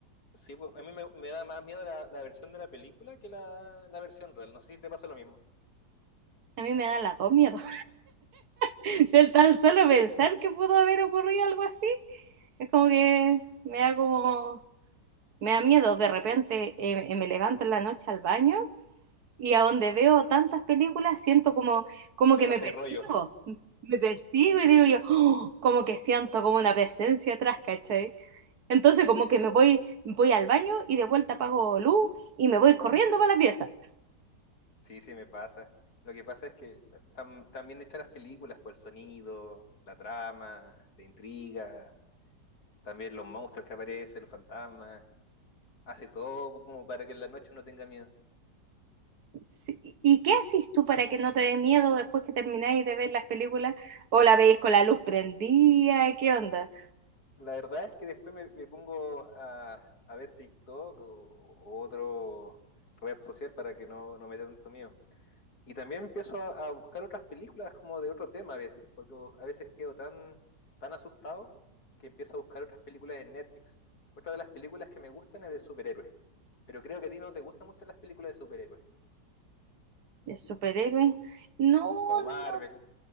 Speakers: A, on the left; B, on the right.
A: Sí, pues, a mí me, me da más miedo la, la versión de la película que la, la versión real. No sé si te pasa lo mismo.
B: A mí me da las dos miedos. <laughs> Del tan solo pensar que pudo haber ocurrido algo así, es como que me da como, me da miedo. De repente eh, eh, me levanto en la noche al baño y a donde veo tantas películas siento como, como
A: Te
B: que
A: pasa
B: me persigo.
A: el rollo.
B: Me persigo y digo yo, "Oh", como que siento como una presencia atrás, ¿cachai? Entonces como
A: Es
B: que
A: que
B: me voy, voy al baño y de vuelta apago luz y me voy corriendo para la pieza.
A: sí, sí me pasa. Lo que pasa es que la- están, están bien hechas las películas por el sonido, la trama, la intriga, también los monstruos que aparecen, los fantasmas. Hace todo como para que en la noche uno tenga miedo.
B: Sí, ¿Y qué haces tú para que no te dé miedo después que termináis de ver las películas? ¿O la veis con la luz prendida? ¿Qué onda?
A: La verdad es que después me, me pongo a, a ver TikTok o, o otro red social para que no, no me dé tanto miedo. Y también empiezo a, a buscar otras películas como de otro tema a veces, porque a veces quedo tan, tan asustado que empiezo a buscar otras películas en Netflix. Otra de las películas que me gustan es de superhéroes, pero creo que a ti no te gustan mucho las películas de superhéroes,
B: ¿De superhéroes? No,
A: como Marvel,
B: no,